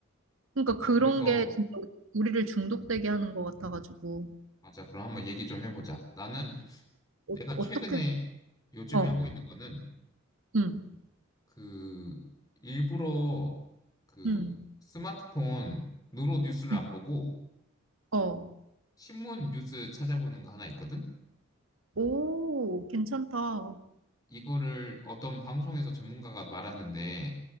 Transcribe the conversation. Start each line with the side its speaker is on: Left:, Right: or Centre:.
Right: 그러니까
Left: 나
Right: 그런
Left: 그래서,
Right: 게 진짜 우리를 중독되게 하는 것 같아가지고
Left: 맞아. 그럼 한번 얘기 좀 해보자. 나는 내가
Right: 어, 어떻게
Left: 최근에 요즘에
Right: 어,
Left: 하고 있는 거는
Right: 음,
Left: 그 일부러 그
Right: 음,
Left: 스마트폰으로 뉴스를
Right: 음,
Left: 안 보고
Right: 어,
Left: 신문 뉴스 찾아보는 거 하나 있거든?
Right: 오, 괜찮다.
Left: 이거를 어떤 방송에서 전문가가 말았는데